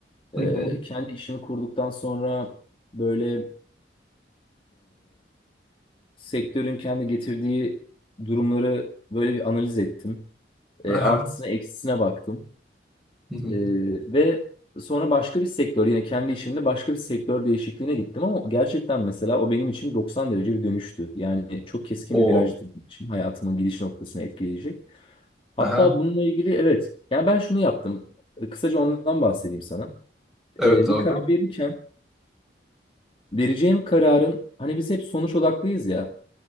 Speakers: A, on the left; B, in the centre.
A: E,
B: Hı hı.
A: kendi işimi kurduktan sonra böyle sektörün kendi getirdiği durumları böyle bir analiz ettim. E,
B: Aha.
A: artısına eksisine baktım.
B: Hı hı.
A: E, ve sonra başka bir sektör yine kendi işimde başka bir sektör değişikliğine gittim ama gerçekten mesela o benim için 90 derece bir dönüştü. Yani çok keskin
B: O.
A: bir virajdı benim için hayatımın gidiş noktasını etkileyecek. Hatta
B: Aha.
A: bununla ilgili evet yani ben şunu yaptım. E, Kısaca ondan bahsedeyim sana.
B: Evet
A: E, bir
B: abi.
A: karar verirken vereceğim kararın hani biz hep sonuç odaklıyız ya.